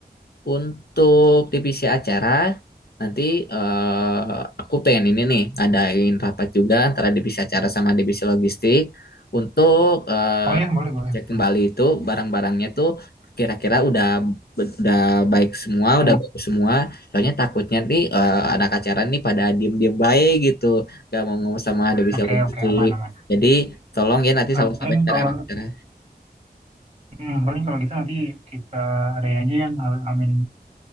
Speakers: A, on the left; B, on the right.
A: untuk divisi acara, nanti eh, aku pengen ini nih, ngadain rapat juga antara divisi acara sama divisi logistik untuk eh,
B: Oh ya, boleh, boleh,
A: cek
B: boleh.
A: kembali itu barang-barangnya tuh kira-kira udah udah baik semua,
B: Hmm,
A: udah bagus semua. Soalnya takutnya nih eh, anak acara nih pada diem-diem baik gitu, gak mau ngomong sama divisi
B: oke,
A: logistik.
B: oke, aman, aman.
A: Jadi tolong ya nanti selalu
B: Ah, paling
A: sampaikan ke
B: kalau,
A: anak acara.
B: hmm, paling kalau gitu nanti kita adain aja yang hal- amin,